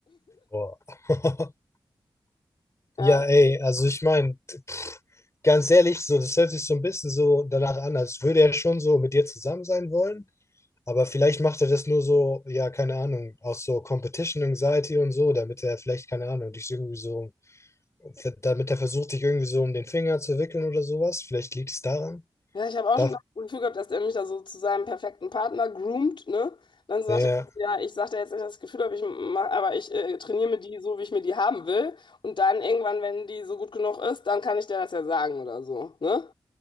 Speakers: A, on the left; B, on the left.
A: Boah. <laughs>
B: Ja.
A: Ja, ey, also ich meine, ganz ehrlich, so, das hört sich so ein bisschen so danach an, als würde er schon so mit dir zusammen sein wollen, aber vielleicht macht er das nur so, ja, keine Ahnung, aus so Competition Anxiety und so, damit er vielleicht, keine Ahnung, dich irgendwie so, damit er versucht, dich irgendwie so um den Finger zu wickeln oder sowas. Vielleicht liegt es daran.
B: Ja, ich habe auch
A: Darf,
B: schon das Gefühl gehabt, dass der mich da so zu seinem perfekten Partner groomt, ne? Dann sagt
A: ja.
B: er, ja, ich sag dir jetzt nicht das Gefühl, habe ich mach, aber ich äh, trainiere mir die so, wie ich mir die haben will. Und dann irgendwann, wenn die so gut genug ist, dann kann ich dir das ja sagen oder so, ne?